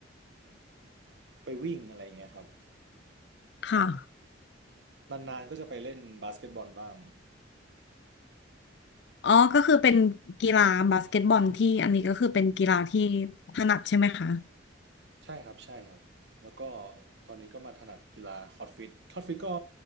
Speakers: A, on the right; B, on the left.
A: ไปวิ่งอะไรอย่างเงี้ยครับ
B: ค่ะ
A: นานๆก็จะไปเล่นบาสเกตบอลบ้าง
B: อ๋อก็คือเป็นกีฬาบาสเกตบอลที่อันนี้ก็คือเป็นกีฬาที่ถนัดใช่ไหมคะ
A: ใช่ครับใช่ครับแล้วก็ตอนนี้ก็มาถนัดกีฬาคอร์ดฟิตคอร์ดฟิตก็